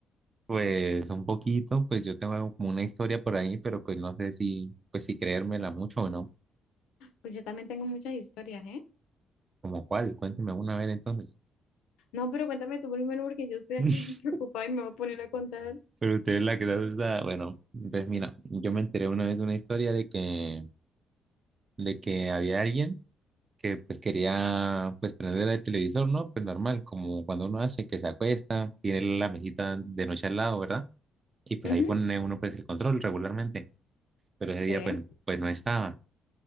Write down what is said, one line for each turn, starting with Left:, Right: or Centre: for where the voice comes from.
Right: Pues un poquito, pues yo tengo como una historia por ahí, pero pues no sé si, pues si creérmela mucho o no.
Left: Pues yo también tengo muchas historias, ¿eh?
Right: ¿Como cuál? Cuénteme una vez entonces.
Left: No, pero cuéntame tú primero porque yo estoy
Right: <laughs>
Left: acá <laughs> preocupada y me voy a poner a contar.
Right: Pero usted es la que está, bueno, pues mira, yo me enteré una vez de una historia de que, de que había alguien que pues quería pues prender el televisor, ¿no? Pues normal, como cuando uno hace que se acuesta, tiene la mesita de noche al lado, ¿verdad? Y pues
Left: Ujú,
Right: ahí pone uno pues el control regularmente, pero ese
Left: Sí.
Right: día pues, pues no estaba.